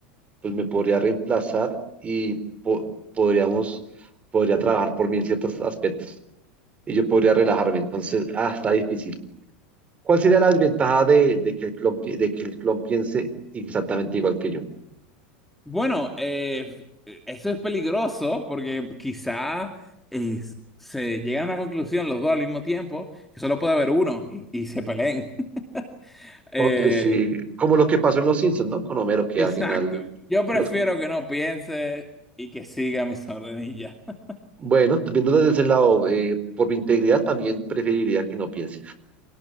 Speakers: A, on the right; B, in the centre.
A: pues me podría reemplazar y po- podríamos, podría trabajar por mí en ciertos aspectos y yo podría relajarme. Entonces, ah, está difícil. ¿Cuál sería la desventaja de, de que el clon, pi- de que el clon piense exactamente igual que yo?
B: Bueno, eh, eso es peligroso porque quizá eh, se llegan a una conclusión los dos al mismo tiempo, que solo puede haber uno y, y se peleen. <laughs> Eh,
A: Oye, sí, como lo que pasó en Los Simpsons, ¿no? Con Homero, que
B: exacto.
A: al final,
B: Yo prefiero
A: los-
B: que no piense y que siga mis ordenillas. <laughs>
A: bueno, viendo desde ese lado, eh, por mi integridad también preferiría que no piense.